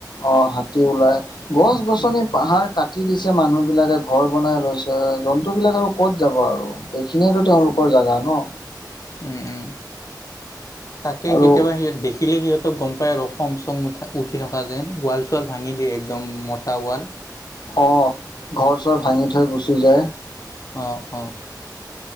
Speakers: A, on the left; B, on the left.
A: অঁ হাতী ওলাই। গছ - গছনি,
B: উম
A: পাহাৰ কাটি দিছে মানুহবিলাকে ঘৰ বনাই লৈছে, জন্তুবিলাক আৰু ক'ত যাব আৰু। এইখিনিয়েটো তেওঁলোকৰ
B: উম
A: জোগা ন?
B: উম উম তাকে
A: আৰু
B: কেতিয়াবা সিহত দেখিলে সিহঁত গম পায় ৰ খং চং উঠা উঠি থকা যেন ৱাল চুৱাল ভাঙি দিয়ে একদম মতা ৱাল।
A: অ, ঘৰ - চৰ ভাঙি থৈ গুচি যায়।
B: অঁ অঁ।